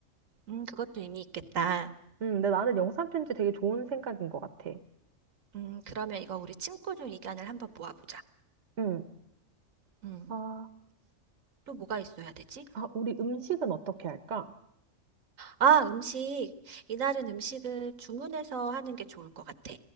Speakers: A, on the right; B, on the right.
A: 음, 그것도 의미 있겠다.
B: 음, 근데 나는 영상 편지 되게 좋은 생각인 것 같아.
A: 음, 그러면 이거 우리 친구들 의견을 한번 모아보자.
B: 응.
A: 음,
B: 아,
A: 또 뭐가 있어야 되지?
B: 아, 우리 음식은 어떻게 할까?
A: 아, 음식. 이날은 음식을 주문해서 하는 게 좋을 것 같아.